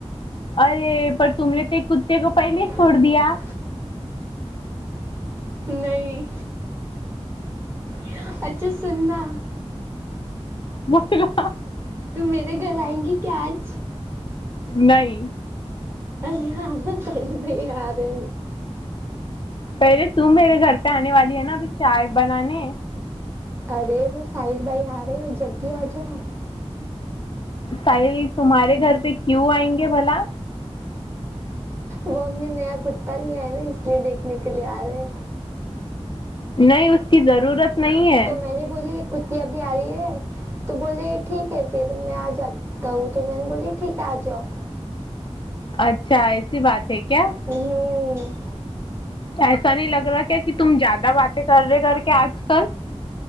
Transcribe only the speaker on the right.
پیا
نہیں کیا اچھا سنا
تو میرے گھر آئیں گی کیا آج
ارے ہاں نہیں آ رہے
ارے وہ سائ بھائی آ رہے ہیں جلدی آ جاؤ آپ
وہ ا ہم نے نیا ک پ ہی آئے نا اس لیے دیکھنے کے لیے آ رہے
تو میں نے بولی ایک کتی اب آ رہی ہے تو بولے ٹھیک ہے پھر میں آ جاتا ہوں تو میں نے بولی ٹھیک ہے آ جاؤ
ہوں <inaudible>